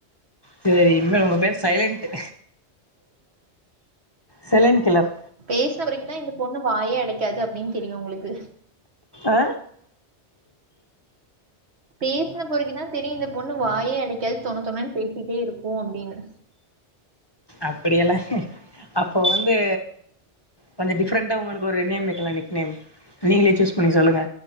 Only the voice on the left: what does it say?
சேரி இனிமே உங்க பேரு சைலன்ட்டு செலன் கில்லர்
ஆ
அப்பிடியெல்லா அப்போ வந்து கொஞ்சோ டிஃபரன்ட்டா உங்களுக்கு ஒரு நேம் வைக்கலா நிக் நேம் நீங்களே சூஸ் பண்ணி சொல்லுங்க